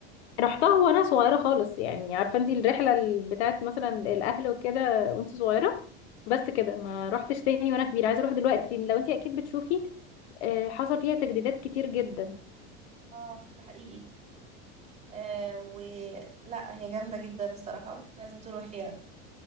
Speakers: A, on the left; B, on the right.
A: رحتها وانا صغيره خالص يعني عارفه انت الرحله ال- بتاعت مثلا الاهل وكده وانت صغيره بس كده ما رحتش تاني وانا كبيره عايزه اروح دلوقتي لو انت اكيد بتشوفي آه، حصل فيها تجديدات كتير جدا
B: اه ده حقيقي آه و لا هي جامدة جدا الصراحة لازم تروحي يعني.